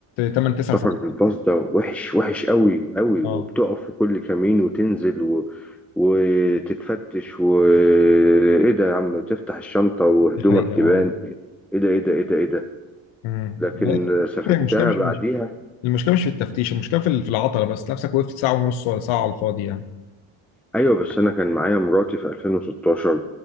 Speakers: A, on the left (about 80°); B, in the centre.
A: 8 9
B: السفر
A: ساعات
B: بالباص ده وحش وحش قوي قوي
A: اه
B: وبتقف في كل كمين وتنزل و... وتتفتش وايه ده يا عم تفتح الشنطة وهدومك
A: دي حقيقة
B: تبان
A: اه
B: ايه ده ايه ده ايه ده ايه ده
A: أمم.
B: لكن سافرتها
A: هي المشكلة مش
B: بعديها
A: مش- المشكلة مش في التفتيش المشكلة في ال- في العطلة بس نفسك وقفت ساعة ونص ولا ساعة على الفاضي يعني
B: ايوه بس انا كان معايا مراتي في 2016